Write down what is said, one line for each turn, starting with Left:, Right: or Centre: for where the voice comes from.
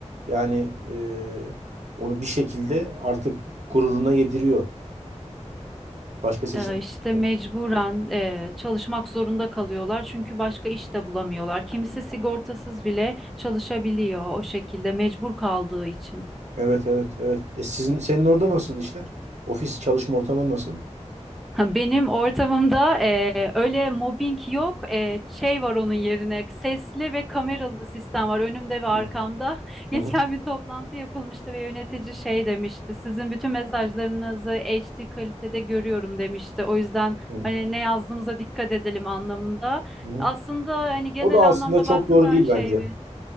Right: Yani e, onu bir şekilde artık gururuna yediriyor. Başka seçenek
Centre: e, işte
Right: yok.
Centre: mecburen e, çalışmak zorunda kalıyorlar çünkü başka iş de bulamıyorlar. Kimisi sigortasız bile çalışabiliyor o şekilde mecbur kaldığı için.
Right: Evet evet evet. E sizin senin orada nasıl işler? Ofis çalışma ortamı nasıl?
Centre: Ha, Benim ortamımda eee, öyle mobbing yok. Eee, şey var onun yerine sesli ve kameralı sistem var önümde ve
Right: Hı
Centre: arkamda. <laughs> Geçen
Right: hı.
Centre: bir toplantı yapılmıştı ve yönetici şey demişti. Sizin bütün mesajlarınızı HD kalitede görüyorum demişti. O yüzden
Right: hı,
Centre: hani ne yazdığımıza dikkat edelim anlamında.
Right: hı.
Centre: Aslında hani genel
Right: O da aslında
Centre: anlamda
Right: çok
Centre: baktığında
Right: doğru
Centre: her
Right: değil
Centre: şey
Right: bence.